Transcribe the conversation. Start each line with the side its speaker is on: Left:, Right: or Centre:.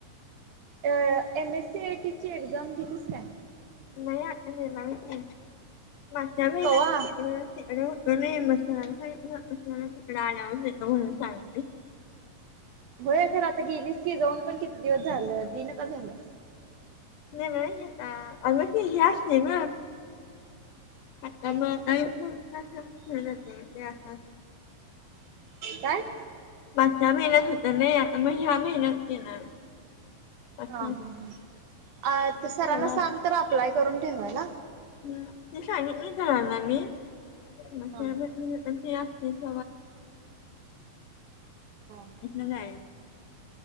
Right: अ एम एस सी आयटी ची एक्झाम दिलीस का
Left: नाही आता देणारच नाही मागच्या महिन्यात
Right: कवा
Left: ख अ अड आणि मसा ख आल्यावर येत म्हणून सांग
Right: होय अखर आता गेलीस की जाऊन पण किती दिवस झालं दिना का झाल्यास?
Left: नाहीता मच नाही म आता म ते असंच नाही
Right: काय
Left: माग ह्या महिन्यात होत ना मग ह्या महिन्यात येणार असतं.
Right: हा हा ह ते
Left: तेव्हा
Right: सरांना सांग तर अप्लाय करून ठेवायला
Left: हम् तिस आमित नाही झाणार ना आम्ही म
Right: हा
Left: आम नाही ते असते स
Right: हा
Left: म्ह जा